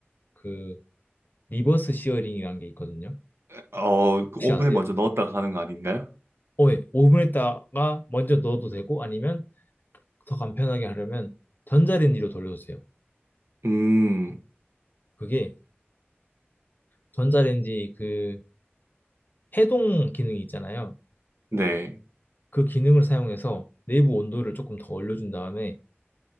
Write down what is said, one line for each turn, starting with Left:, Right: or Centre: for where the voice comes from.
Left: 그 리버스 시어링이라는 게 있거든요.
Right: 어, 그
Left: 혹시
Right: 오븐에
Left: 아세요?
Right: 먼저 넣었다가 하는 거 아닌가요?
Left: 어, 예. 오븐에다가 먼저 넣어도 되고 아니면 더 간편하게 하려면 전자레인지로 돌려주세요.
Right: 음,
Left: 그게 전자레인지 그 해동 기능이 있잖아요.
Right: 네.
Left: 그 기능을 사용해서 내부 온도를 조금 더 올려준 다음에